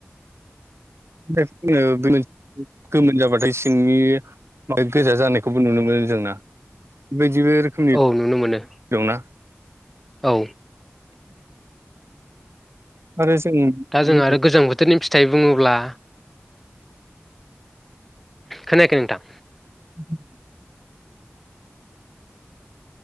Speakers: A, on the right (about 70°); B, in the centre.
A: <unintelligible> गोमोन जाबाथाय सिंनि गोजा जानायखौबो नुनो मोनो जोंना बेदिबो रोखोमनि
B: औ नुनो मोनो
A: दंना <inaudible>
B: औ
A: आरो जों
B: दा
A: बे
B: जों आरो गोजां बोथोरनि फिथाइ बुङोब्ला खोनायाखै नोंथां
A: <inaudible>